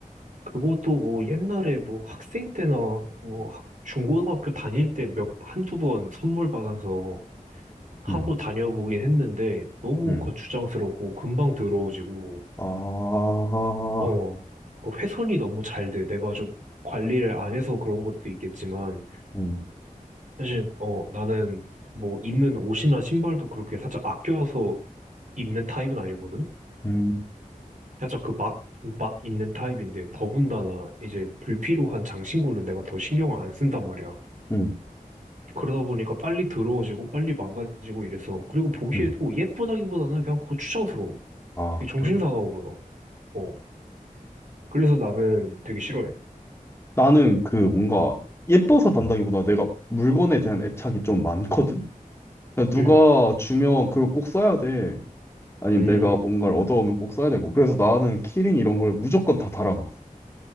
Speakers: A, on the right; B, on the left.
A: 그것도 뭐 옛날에 뭐 학생 때나 뭐 학- 중고등학교 다닐 때 몇, 한두 번 선물 받아서 하고
B: 음,
A: 다녀보긴 했는데, 너무
B: 음.
A: 거추장스럽고 금방 더러워지고,
B: 아,
A: 어, 그 훼손이 너무 잘 돼. 내가 좀 관리를 안 해서 그런 것도 있겠지만,
B: 음,
A: 사실, 어, 나는 뭐 입는 옷이나 신발도 그렇게 살짝 아껴서 입는 타입은 아니거든?
B: 음,
A: 살짝 그 막, 막 입는 타입인데, 더군다나 이제 불필요한 장신구는 내가 더 신경을 안 쓴단 말이야.
B: 음,
A: 그러다 보니까 빨리 더러워지고, 빨리 망가지고 이래서, 그리고 보기에도
B: 음.
A: 예쁘다기보다는 그냥 고추장스러워.
B: 아,
A: 되게
B: 그래?
A: 정신사나워 보여. 어. 그래서 나는 되게 싫어해.
B: 나는 그 뭔가 예뻐서 단다기보다 내가 물건에 대한 애착이 좀 많거든? 그냥 누가
A: 응,
B: 주면 그걸 꼭 써야 돼. 아니면
A: 응,
B: 내가 뭔가를 얻어오면 꼭 써야 되고. 그래서 나는 키링 이런 걸 무조건 다 달아놔.